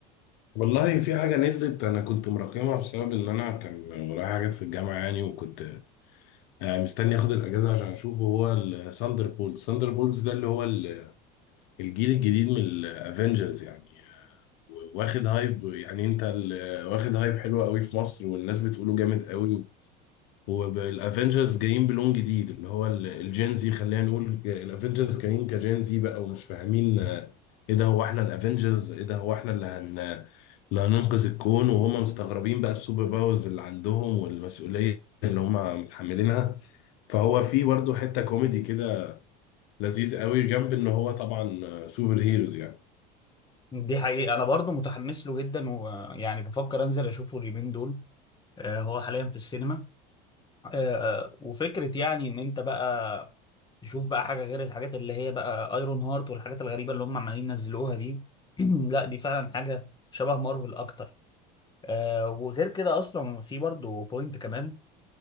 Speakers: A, on the left; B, on the left.
A: والله في حاجه نزلت انا كنت مراكمها بسبب ان انا كان ورايا حاجات في الجامعه يعني وكنت آه، مستني اخد الاجازه عشان اشوفه هو الثاندر بولز ثاندر بولز ده اللي هو ال- الجيل الجديد من الافنجرز يعني آه، واخد هايب يعني انت ال- واخد هايب حلو قوي في مصر والناس بتقوله جامد قوي والافنجرز جايين بلون جديد اللي هو الجينزي خلينا نقول الافنجرز جايين كجينزي بقى ومش فاهمين آه، ايه ده هو احنا الافنجرز ايه ده هو احنا اللي هن اللي هننقذ الكون وهم مستغربين بقى السوبر باورز اللي عندهم والمسؤولية اللي هم متحملينها فهو في برضه حتة كوميدي كده لذيذ قوي جنب ان هو طبعا آه، سوبر هيروز يعني
B: دي حقيقه انا برضو متحمس له جدا ويعني بفكر انزل اشوفه اليومين دول آه، هو حاليا في السينما آه، آه، وفكرة يعني ان انت بقى تشوف بقى حاجة غير الحاجات اللي هي بقى ايرون هارت والحاجات الغريبة اللي هم عمالين ينزلوها دي <clears throat> لا دي فعلا حاجة شبه مارفل اكتر آه وغير كده اصلا في برضو بوينت كمان